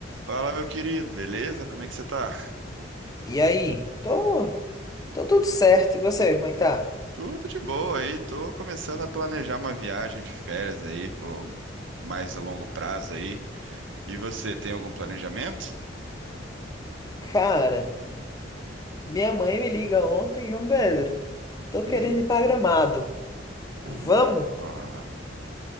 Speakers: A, on the right; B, on the left.
A: Fala, meu querido, beleza? Como é que você tá?
B: E aí? Tô, tô tudo certo. E você, como é que tá?
A: Tudo de boa aí, tô começando a planejar uma viagem de férias aí, pô, mais a longo prazo aí. E você, tem algum planejamento?
B: Cara, minha mãe me liga ontem, João Pedro. Tô
A: Hum,
B: querendo ir pra Gramado.
A: uh,
B: Vamos?
A: ah,